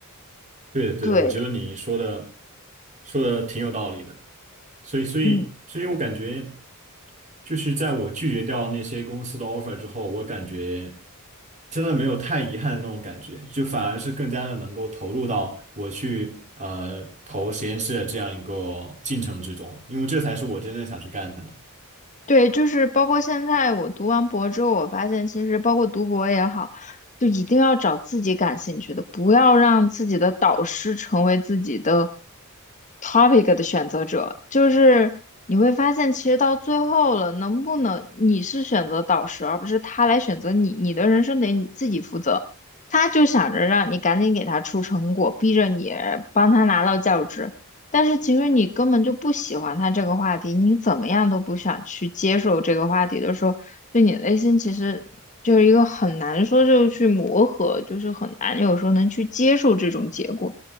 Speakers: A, on the right; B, on the left.
A: 对的，对的，
B: 对，
A: 我觉得你说的说的挺有道理的，所以，所以，
B: 嗯，
A: 所以我感觉，就是在我拒绝掉那些公司的 offer 之后，我感觉真的没有太遗憾的那种感觉，就反而是更加的能够投入到我去呃投实验室的这样一个进程之中，因为这才是我真正想去干的。
B: 对，就是包括现在我读完博之后，我发现其实包括读博也好，就一定要找自己感兴趣的，不要让自己的导师成为自己的 topic 的选择者。就是你会发现，其实到最后了，能不能你是选择导师，而不是他来选择你，你的人生得你自己负责。他就想着让你赶紧给他出成果，逼着你帮他拿到教职。但是其实你根本就不喜欢他这个话题，你怎么样都不想去接受这个话题的时候，对你内心其实就是一个很难说就是去磨合，就是很难有时候能去接受这种结果。